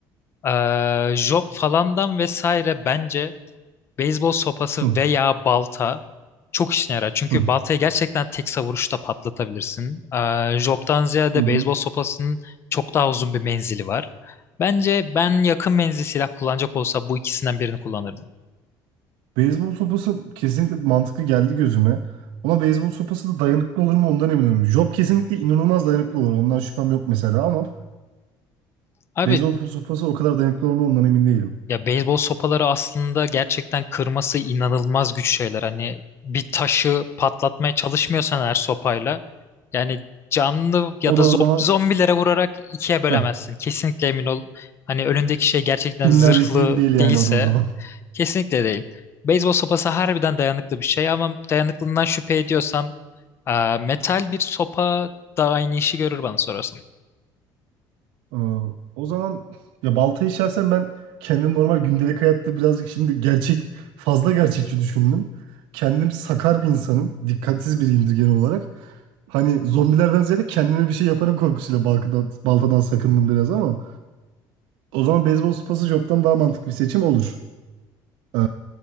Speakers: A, on the left (about 30°); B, on the right (about 80°).
A: eee job falandan vesaire bence beyzbol sopası
B: Hı,
A: veya balta çok işine yarar. Çünkü
B: hı,
A: baltayı gerçekten tek savuruşta patlatabilirsin. Eee job'tan ziyade
B: hı hı.
A: beyzbol sopasının çok daha uzun bir menzili var. Bence ben yakın menzil silah kullanacak olsa bu ikisinden birini kullanırdım.
B: Beyzbol sopası kesinlikle mantıklı geldi gözüme. Ama beyzbol sopası da dayanıklı olur mu ondan emin değilim. Job kesinlikle inanılmaz dayanıklı olur. Ondan şüphem yok mesela ama
A: Abi
B: beyzbol sopası o kadar dayanıklı olur mu ondan emin değilim.
A: Ya beyzbol sopaları aslında gerçekten kırması inanılmaz güç şeyler. Hani bir taşı patlatmaya çalışmıyorsan eğer sopayla yani canlı ya
B: O
A: da
B: da
A: zom-
B: o zaman
A: zombilere vurarak ikiye bölemezsin.
B: heh,
A: Kesinlikle emin ol. Hani önündeki şey gerçekten
B: filmlerdeki
A: zırhlı
B: gibi değil yani
A: değilse
B: o da o zaman.
A: kesinlikle değil. Beyzbol sopası harbiden dayanıklı bir şey ama dayanıklılığından şüphe ediyorsan e, metal bir sopa da aynı işi görür bana sorarsan.
B: Ee, o zaman ya baltayı şahsen ben kendim normal gündelik hayatta birazcık şimdi gerçek fazla gerçekçi düşündüm. Kendim sakar bir insanım. Dikkatsiz biriyimdir genel olarak. Hani zombilerden ziyade kendime bir şey yaparım korkusuyla baltadan, baltadan sakındım biraz ama o zaman beyzbol sopası joptan daha mantıklı bir seçim olur. Ee,